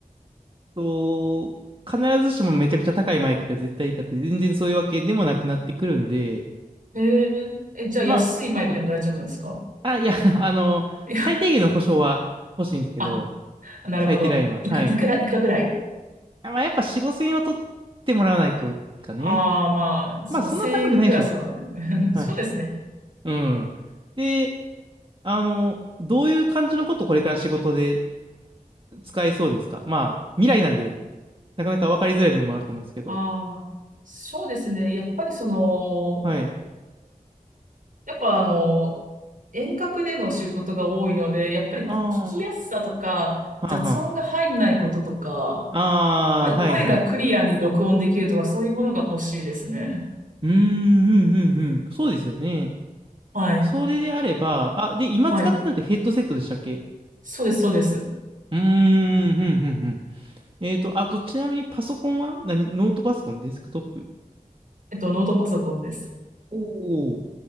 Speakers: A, on the right (about 35°); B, on the right (about 65°).
A: と、必ずしもめちゃくちゃ高いマイクが絶対いいかって全然そういうわけでもなくなってくるんで、
B: へえ、え、じゃあ安いマイクでも大丈夫なんですか
A: まあ、はい。あ、いや、<laughs> あの、
B: いや、
A: 最低限の保証は欲しいんですけど、
B: あ、なるほど。
A: 最低ラインは。
B: いく、
A: はい。
B: いくら、いくらぐらい
A: あ、まあ、やっぱ4、5千円は取ってもらわないとかね。
B: ああ、まあ、その1円クラスはね。
A: まあ、そんな高くないでしょ。
B: <laughs>
A: はい。
B: そうですね。
A: うん。で、あの、どういう感じのことこれから仕事で使えそうですかまあ、未来なんで、なかなか分かりづらい部分もあると思うんですけど。
B: ああ、そうですね。やっぱりその、
A: はい。
B: やっぱあの、遠隔での仕事が多いので、やっぱり聞きやすさとか、
A: ああ、
B: 雑音が入んないこととか、
A: はあはあ。ああ、
B: 声、声がクリアに録音できるとか、
A: はいはい。
B: そういうものが欲しいですね。
A: うーん、うん、うん、うん。そうですよね。
B: はい。
A: それであれば、あ、で、今使ってるのってヘッドセットでしたっけ
B: はい。そうです、そうです。
A: うーん、うん、うん、うん。えっと、あと、ちなみにパソコンは何ノートパソコン、デスクトップ。
B: えっと、ノートパソコンです。
A: おお。